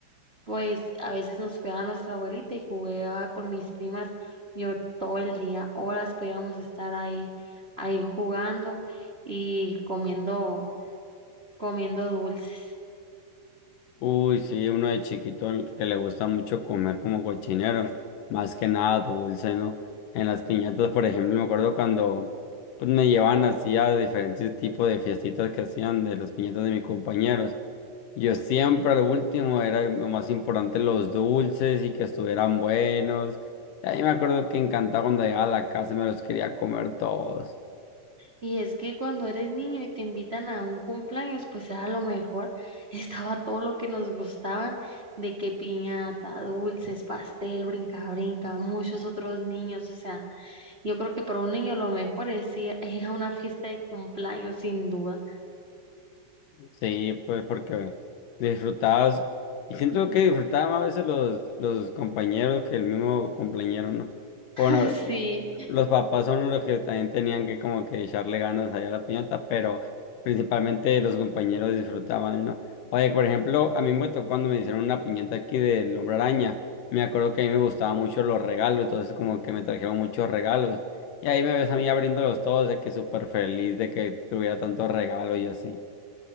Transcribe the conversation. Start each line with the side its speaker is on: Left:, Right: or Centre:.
Right: pues a veces nos cuidaba nuestra abuelita y jugaba con mis primas yo todo el día, horas podíamos estar ahí, ahí jugando y comiendo, comiendo dulces.
Left: Uy, sí, uno de chiquito l- que le gusta mucho comer como cochinero, más que nada dulce, ¿no? En las piñatas, por ejemplo, me acuerdo cuando pues me llevaban así a diferentes tipos de fiestitas que hacían de las piñatas de mis compañeros. Yo siempre al último era lo más importante los dulces y que estuvieran buenos. Y ahí me acuerdo que encantaba cuando llegaba a la casa y me los quería comer todos.
Right: Y es que cuando eres niño y te invitan a un cumpleaños, pues era lo mejor. <laughs> Estaba todo lo que nos gustaba, de que piñata, dulces, pastel, brinca, brinca, muchos otros niños. O sea, yo creo que para un niño lo mejor es ir ir a una fiesta de cumpleaños, sin duda.
Left: Sí, pues porque disfrutabas, y siento que disfrutaba más a veces los, los compañeros que el mismo compañero, ¿no?
Right: <laughs>
Left: Bueno,
Right: Sí,
Left: los papás son los que también tenían que como que echarle ganas allá a la piñata, pero principalmente los compañeros disfrutaban, ¿no? Oye, por ejemplo, a mí me tocó cuando me hicieron una piñata aquí del Hombre Araña, me acuerdo que a mí me gustaban mucho los regalos, entonces como que me trajeron muchos regalos, y ahí me ves a mí abriéndolos todos, de que súper feliz de que tuviera tantos regalos y así.